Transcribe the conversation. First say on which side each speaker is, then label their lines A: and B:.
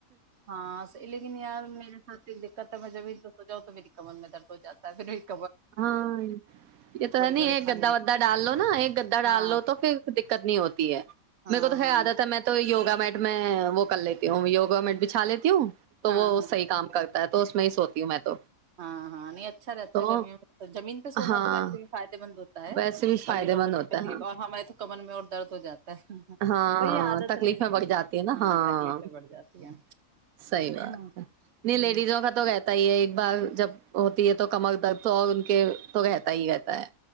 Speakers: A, on the right; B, on the right.
A: ہاں لیکن یار میرے ساتھ دقت ہے میں زمین تو سجاؤ تو میری کمن میں درد ہو جا ہےھر
B: ہاں یہ تو ہے ن
A: پریشانی
B: یہ گدا
A: ہے
B: ودا ڈال لو نا ایک گدا
A: ہاں
B: ڈال لو تو پھر دقت نہیں ہوتی ہے
A: ہاں
B: میرے کو تو خیر
A: ہاں
B: عادت ہے میں تو یوگا مٹ میں وہ کر لیتی ہوں یوگا میٹ بھی چھا لیتی ہوں تو
A: ہاں
B: وہ
A: ہاں
B: صحیح کام کرتے تو اس میں ہی سوتی ہوں میں تو
A: ہاں ہاں نہیں اچھا رہتا
B: تو
A: گرمیوں میں تو زمین پہ سونا
B: ہاں
A: تو ویسے بھی فائد ما ہوتا ہے
B: ویسے بھی فائدے
A: امیر
B: مند
A: عمر
B: ہوتا
A: کی تکلیف
B: ہے ہاں
A: اور ہمارے تو کمر میں اور درد ہو جاتا ہے
B: ہاں
A: وہی
B: ہاں
A: عادت
B: تکلیفیں
A: نہیں
B: بڑھ جاتی ہے نا ہاں
A: تکلیفیں بڑھ جاتی ہیں
B: صحیح بات
A: ہاں
B: ہے نہیں
A: ہوں
B: لیڈیزوں کا تو رہتا ہی ہے ایک بار جب ہوتی ہے تو کمر درد تو اور ان کے تو رہتا ہی رہتا ہے